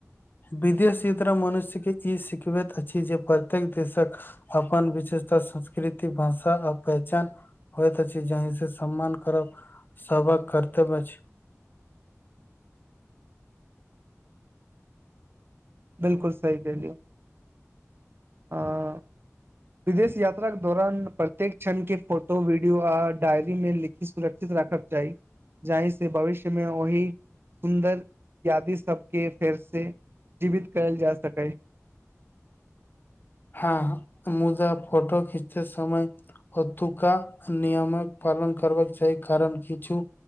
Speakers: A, on the left (about 40°); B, on the right (about 45°).
A: विदेश यात्रा मनुष्य के ई सिखबैत अछि जे प्रत्येक देशक। अपन विशेषता संस्कृति भाषा आ पहचान। होइत छै जी से समान करब सभहकऽ घर वाहा छैय।
B: बिल्कुल सही केली। हा विदेश यात्रा के दौरान प्रत्येक क्षण के फोटो वीडियो आर डायरी मे लिख। सुरक्षित राखके चाही। जाहि से भविष्य मे ओहि सुन्दर यादि सभके फेर से। जीवित कयल जा सकैय।
A: हा मुदा फोटो खीचते समय। ओतुका नियमक पालन करबाकऽ चाही कारण किछु।